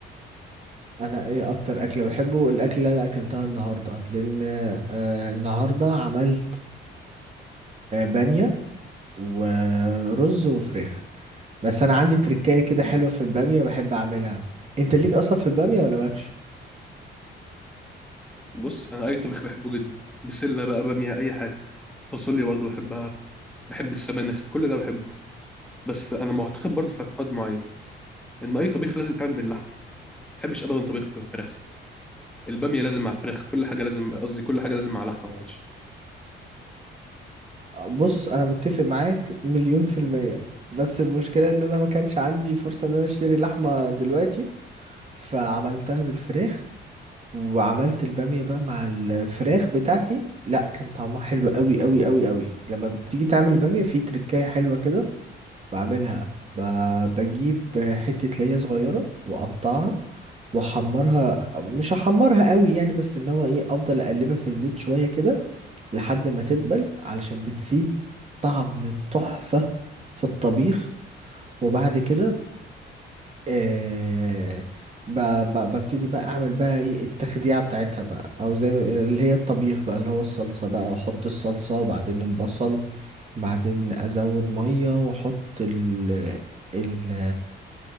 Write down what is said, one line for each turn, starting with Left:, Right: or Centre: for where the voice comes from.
Right: انا ايه اكتر اكله بحبه الاكل اللي انا اكلتها النهارده لان آه النهارده عملت آه، بامية ورز وفراخ بس انا عندي تركاية كده حلوة في البامية بحب اعملها انت ليك اصلا في البامية ولا مالكش
Centre: بص انا اي طبيخ بحبه جدا بسله بقى باميه اي حاجه فاصوليا برضو بحبها بحب السبانخ كل ده بحبه بس انا معتقد برضو في اعتقاد معين ان اي طبيخ لازم يتعمل باللحمه ما بحبش ابدا طبيخ بالفراخ الباميه لازم مع فراخ كل حاجه لازم قصدي كل حاجه لازم مع لحمه معلش
Right: بص انا متفق معاك مليون في المية بس المشكلة ان انا ما كانش عندي فرصة ان انا اشتري لحمة دلوقتي فعملتها بالفراخ وعملت البامية بقى مع الفراخ بتاعتي لا كان طعمها حلو قوي قوي قوي قوي لما بتيجي تعمل البامية في تركاية حلوة كده بعملها ب- بجيب حتة ليا صغيرة واقطعها واحمرها مش هحمرها قوي يعني بس ان هو ايه افضل اقلبها في الزيت شوية كده لحد ما تدبل علشان بتسيب طعم تحفة في الطبيخ وبعد كده آه ب- ب- ببتدي بقى اعمل بقى ايه التخديعة بتاعتها بقى او زي ما بيقولوا اللي هي الطبيخ بقى اللي هو الصلصة بقى واحط الصلصة وبعدين البصل بعدين ازود ميه واحط ال ال